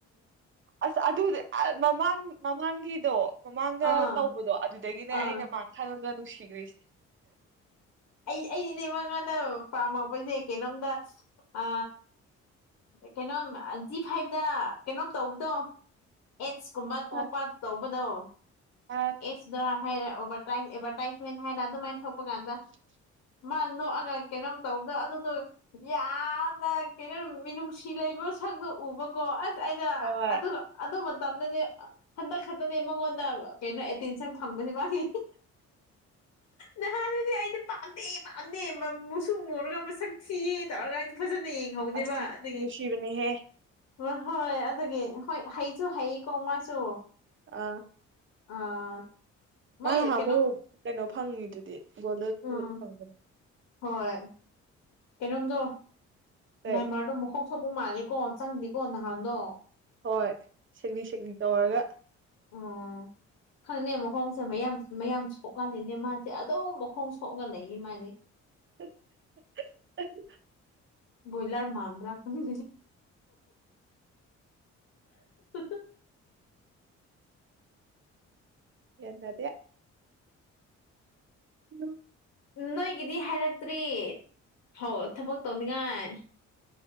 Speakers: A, on the right; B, on the left.
A: ꯑꯁ ꯑꯗꯨꯗꯤ ꯃꯃꯥꯡ ꯃꯃꯥꯡꯒꯤꯗꯣ ꯃꯃꯥꯡꯗ
B: ꯑꯥ
A: ꯇꯧꯕꯗꯣ ꯑꯗꯨꯗꯒꯤꯅꯦ
B: ꯑꯥ
A: ꯑꯩꯅ ꯃꯥꯡ ꯊꯥꯡꯉꯒ ꯅꯨꯡꯁꯤꯈ꯭ꯔꯤꯁꯦꯁ
B: ꯑꯩ ꯑꯩ ꯏꯗꯤ ꯃꯉꯥꯗ ꯄꯥꯝꯃꯛꯄꯁꯦ ꯀꯩꯅꯣꯝꯗ ꯑ ꯀꯩꯅꯣꯝ ꯖꯤ ꯐꯥꯏꯚꯇ ꯀꯩꯅꯣꯝ ꯇꯧꯕꯗꯣ ꯑꯦꯠꯁꯀꯨꯝꯕ
A: ꯑ
B: ꯊꯣꯛꯄ ꯇꯧꯕꯗꯣ
A: ꯑ
B: ꯑꯦꯠꯁꯇ꯭ꯔꯥ ꯍꯥꯏꯔꯚꯔꯇ ꯑꯦꯗꯚꯔꯇꯥꯏꯁꯃꯦꯟ ꯍꯥꯏꯔ ꯑꯗꯨꯃꯥꯏꯅ ꯊꯣꯛꯄ ꯀꯥꯟꯗ
A: <inaudible>
B: ꯃꯥ ꯅꯣꯛꯑꯒ ꯀꯩꯅꯣꯝ ꯇꯧꯕꯗ ꯑꯗꯨꯗꯣ ꯌꯥꯝꯅ ꯀꯩꯅꯣ ꯃꯤꯅꯨꯡꯁꯤ ꯂꯩꯕ ꯁꯛꯗꯣ ꯎꯕꯀꯣ ꯑꯁ ꯑꯩꯅ
A: ꯍꯣꯏ
B: ꯃꯇꯝꯗꯅꯦ ꯍꯟꯗꯛ ꯈꯛꯇꯅꯦ ꯃꯉꯣꯟꯗ ꯀꯩꯅꯣ ꯑꯦꯇꯦꯟꯁꯟ ꯐꯪꯕꯁꯤ ꯃꯥꯒꯤ ꯅꯍꯥꯟ ꯑꯗꯨꯗꯤꯗꯤ ꯄꯥꯟꯗꯦ ꯄꯥꯟꯗꯦ ꯃꯨꯁꯨꯝ ꯃꯣꯨꯔꯒ ꯃꯁꯛ ꯊꯤꯌꯦꯦ ꯇꯧꯔꯒꯗ ꯐꯖꯅ ꯀꯟꯅ ꯌꯦꯡꯍꯧꯅꯦꯦꯕ
A: ꯑꯁꯤ
B: ꯑꯗꯒꯤ
A: ꯅꯨꯡꯁꯤꯕꯅꯦꯍꯦ
B: ꯍ ꯍꯣꯏ ꯑꯗꯨꯒꯤ ꯍꯣꯏ ꯍꯩꯁꯨ ꯍꯩꯀꯣ ꯃꯥꯁꯨ
A: ꯑꯥ
B: ꯑꯥ
A: ꯃꯥꯅꯍꯥꯟ
B: ꯃꯣꯏ ꯀꯩꯅꯣꯝ
A: ꯃꯣꯔꯣꯛ ꯀꯩꯅꯣ ꯐꯪꯉꯤꯗꯨꯗꯤ ꯒꯣꯜꯗꯟ
B: ꯎꯝ
A: ꯨꯠ ꯐꯪꯕꯅꯦ
B: ꯍꯣꯏ ꯀꯩꯅꯣꯝꯗꯣ
A: ꯀꯩ
B: ꯅꯥꯏꯃꯔꯗ ꯃ ꯊꯣꯛꯄ ꯃꯥꯜꯂꯦꯀꯣ ꯆꯪꯅꯤꯦꯀꯣ ꯅꯍꯥꯟꯗꯣ
A: ꯍꯣꯏ ꯁꯦꯛꯅꯤꯡ ꯁꯦꯛꯅꯤꯡ ꯇꯧꯔꯒ
B: ꯑꯣ ꯈꯪꯗꯦ ꯃꯈꯣꯡꯁꯦ ꯃꯌꯥꯝ ꯃꯌꯥꯝ ꯁꯣꯛꯍꯜꯂꯤꯅꯦ ꯃꯥꯁꯦ ꯑꯗꯨꯝ ꯃꯈꯣꯡ ꯁꯣꯛꯅ ꯂꯩꯅꯤ ꯃꯥꯗꯤ
A: <inaudible>
B: ꯣꯌꯂꯔ ꯃꯥꯟꯕ꯭ꯔ ꯈ ꯂꯤ <inaudible>
A: ꯌꯦꯗꯗꯦ ꯎ
B: ꯅꯣꯏꯒꯤꯗꯤ ꯍꯥꯏꯔꯛꯇ꯭ꯔꯤ ꯍꯣ ꯊꯕꯛ ꯇꯧꯅꯤꯡꯉꯥꯏ